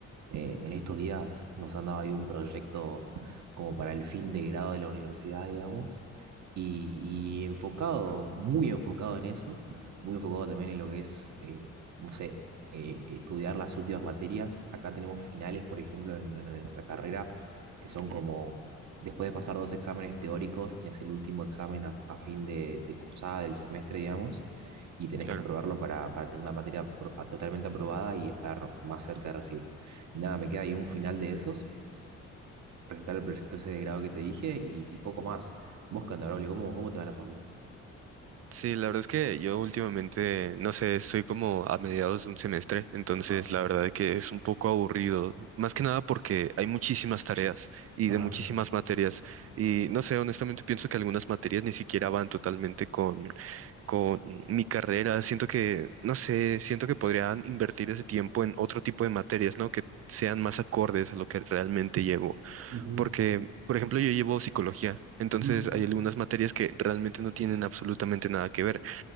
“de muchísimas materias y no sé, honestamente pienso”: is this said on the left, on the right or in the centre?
Right